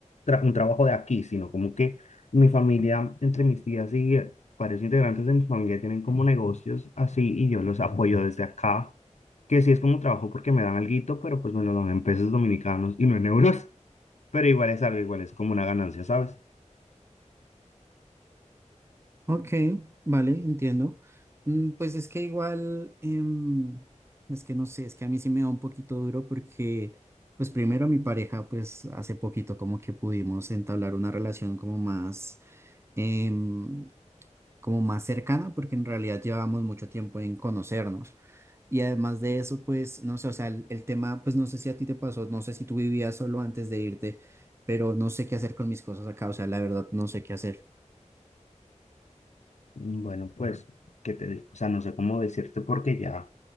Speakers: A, on the left; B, on the right.
A: tra- un trabajo de aquí, sino como que mi familia, entre mis tías y eh, varios integrantes de mi familia tienen como negocios así y yo los apoyo desde acá, que sí es como trabajo porque me dan alguito, pero pues me lo dan en pesos dominicanos y no en euros, <laughs> pero igual es algo, igual es como una ganancia, ¿sabes?
B: Ok, vale, entiendo. Mm, Pues es que igual, em, es que no sé, es que a mí sí me da un poquito duro porque, pues primero mi pareja, pues hace poquito como que pudimos entablar una relación como más, em, como más cercana, porque en realidad llevamos mucho tiempo en conocernos. Y además de eso, pues, no sé, o sea, el, el tema, pues no sé si a ti te pasó, no sé si tú vivías solo antes de irte, pero no sé qué hacer con mis cosas acá, o sea, la verdad no sé qué hacer.
A: Mm, Bueno, pues, que te, digo? o sea, no sé cómo decirte porque ya,